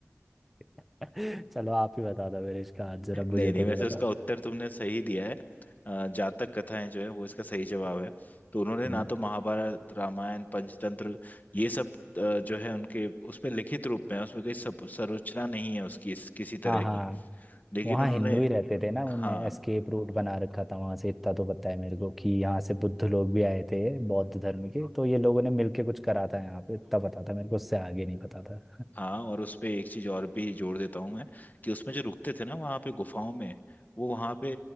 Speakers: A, in the centre; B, on the left (about 40°).
A: <laughs> चलो आप ही बता दो मेरे इसका आंसर अब मुझे
B: नहीं नहीं
A: तो
B: वैसे
A: नहीं पता
B: उसका उत्तर तुमने सही दिया है अ, जातक कथाएं जो है वो इसका सही जवाब है तो उन्होंने
A: हम्म।
B: ना तो महाभारत रामायण पंचतंत्र ये सब अ, जो है उनके उसमें लिखित रूप में है, उसमें कोई सब संरचना नहीं है उसकी इस, किसी तरह
A: हाँ हाँ
B: की लेकिन
A: वहाँ
B: उन्होंने
A: हिंदू ही रहते थे ना उनने
B: हाँ
A: एस्केप रूट बना रखा था वहाँ से इतना तो पता है मेरे को कि यहाँ से बुद्ध लोग भी आए थे बौद्ध धर्म के तो ये लोगों ने मिलके कुछ करा था यहाँ पे इतना पता था मेरे को उससे आगे नहीं पता था
B: हाँ और उसपे एक चीज और भी जोड़ देता हूँ मैं कि उसमें जो रुकते थे ना वहाँ पे गुफाओं में वो वहाँ पे